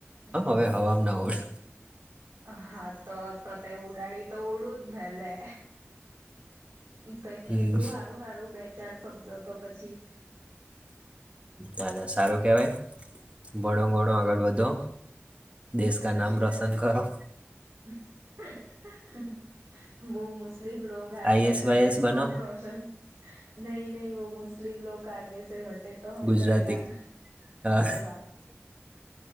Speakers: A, on the right; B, on the right.
A: હા
B: હવે હવામાં
A: એટલે.
B: ના આવડ
A: હા. તો તો તે ઉડાડી તો ઉડું જ ને લે કીધું
B: હમ
A: હારું હારું બે ચાર શબ્દ તો. પછી.
B: હાા સારું કેવાય. ભણો ઘણો આગળ વધો. દેશ
A: આ
B: કા
A: તો
B: નામ
A: છેલા.
B: રોશન કરો
A: <inaudible> બહુ મસ્ત મુસ્લિમ લોકો આગેસે
B: આઈએસ વાયએસ
A: હટે તો
B: બનો
A: હમ રોશન. નહી નહી વ મુસ્લિમ લોકો આગેસે હટે તો હમ
B: ગુજરાતી
A: કરે ના
B: હા
A: ઓહા.